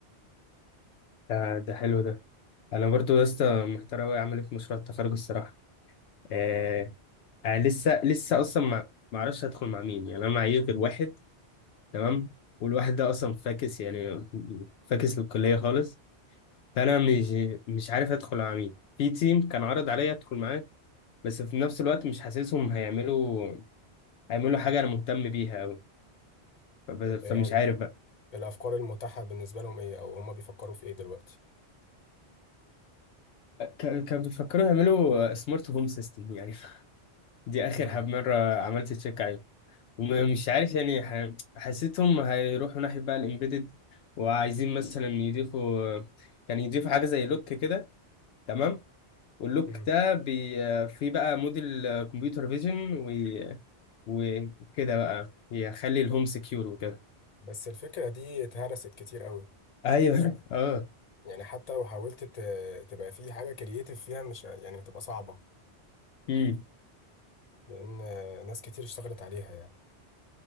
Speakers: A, on the left; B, on the left.
A: ده ده حلو ده انا برضو يا اسطى محتار اوي اعمل ايه في مشروع التخرج الصراحه آه آه لسه لسه اصلا ما ما اعرفش هدخل مع مين يعني انا معايا غير واحد تمام والواحد ده اصلا فاكس يعني فاكس للكليه خالص فانا مش مش عارف ادخل مع مين في تيم كان عرض عليا ادخل معاه بس في نفس الوقت مش حاسسهم هيعملوا هيعملوا حاجه انا مهتم بيها اوي فب-
B: طب
A: فمش
B: هي ال-
A: عارف بقى
B: الافكار المتاحه بالنسبه لهم ايه او هما بيفكروا في ايه دلوقتي
A: كان كان بيفكروا يعملوا سمارت هوم سيستم يعني <laughs> دي اخر
B: امم
A: حب مره عملت تشيك عليهم ومش عارف يعني ح- حسيتهم هيروحوا ناحيه بقى الامبيدد وعايزين مثلا يضيفوا كان يضيفوا حاجه زي لوك كده تمام واللوك
B: امم
A: ده بي في بقى موديل كمبيوتر فيجن وكده بقى يخلي الهوم سكيور وكده
B: بس الفكره دي اتهرست كتير قوي
A: ايوه <laughs> اه
B: يعني حتى لو حاولت ت... تبقى في حاجه كرييتيف فيها مش ه- يعني هتبقى صعبه
A: امم
B: لان آه، ناس كتير اشتغلت عليها يعني